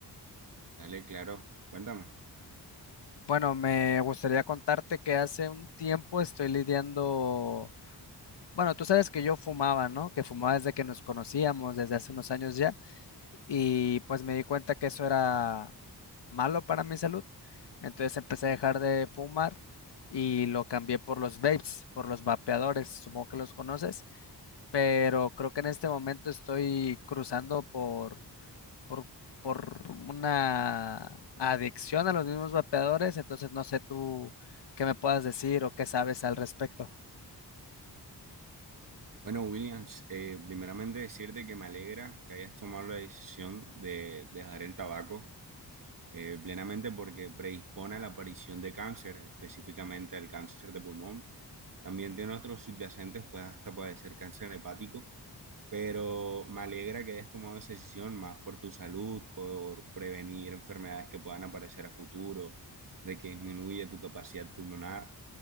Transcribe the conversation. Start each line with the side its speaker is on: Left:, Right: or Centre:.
Right: Dale, claro, cuéntame.
Left: Bueno, me gustaría contarte que hace un tiempo estoy lidiando, bueno, tú sabes que yo fumaba, ¿no? Que fumaba desde que nos conocíamos, desde hace unos años ya, y pues me di cuenta que eso era malo para mi salud. Entonces empecé a dejar de fumar y lo cambié por los vapes, por los vapeadores, supongo que los conoces, pero creo que en este momento estoy cruzando por, por, por una adicción a los mismos vapeadores, entonces no sé tú qué me puedas decir o qué sabes al respecto.
Right: Bueno, Williams, eh, primeramente decirte que me alegra que hayas tomado la decisión de dejar el tabaco eh, plenamente porque predispone a la aparición de cáncer, específicamente al cáncer de pulmón. También de nuestros subyacentes puede hasta padecer cáncer hepático. pero me alegra que hayas tomado esa decisión más por tu salud, por prevenir enfermedades que puedan aparecer a futuro, de que disminuye tu capacidad pulmonar.